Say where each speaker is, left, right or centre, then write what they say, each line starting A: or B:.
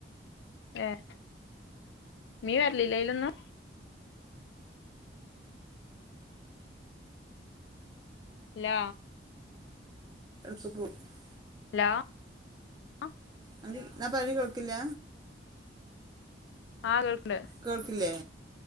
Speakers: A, on the left; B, on the right.
A: ഏഹ് മീൻ വരലില്ല ആയിലൊന്നും ഇല്ല
B: <unintelligible>
A: ഹലോ ആഹ്
B: അ ഞാൻ പറഞ് കൊളക്കില്ല
A: ആഹ് കേൾക്ക് ണ്ട്
B: കേൾക്കില്ലേ